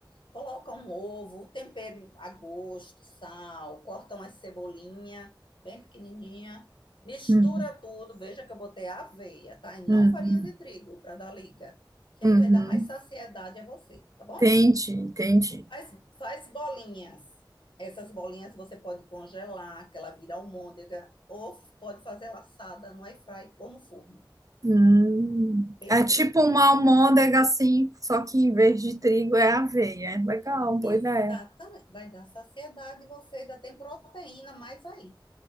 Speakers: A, on the left; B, on the right.
A: Coloca um ovo, tempero a gosto, sal, corta uma cebolinha bem pequenininha, mistura
B: Uhum.
A: tudo. Veja que eu botei aveia, tá? E não
B: Uhum.
A: farinha de trigo para dar liga, que
B: Uhum.
A: aí vai dar mais saciedade a você, tá bom?
B: Entendi, entendi.
A: Faz, faz bolinhas. Essas bolinhas você pode congelar, que ela vira almôndega, ou pode fazer laçada no air fry ou no forno.
B: Hum.
A: Perfeito,
B: É tipo uma
A: né?
B: almôndega assim, só que em vez de trigo é aveia. É legal, boa
A: Exatamente.
B: ideia.
A: Vai dar saciedade e você ainda tem proteína mais aí.